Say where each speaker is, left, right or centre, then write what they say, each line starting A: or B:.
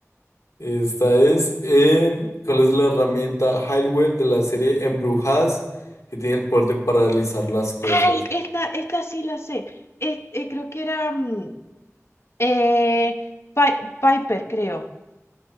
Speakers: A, on the left (about 75°); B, on the left (about 55°).
A: Esta es, em, ¿cuál es la herramienta Highwell de la serie Embrujadas que tiene el poder de paralizar las cosas?
B: ¡Ay! Esta, esta sí la sé. Es- eh, creo que era. mm, eh, Pi- Piper, creo.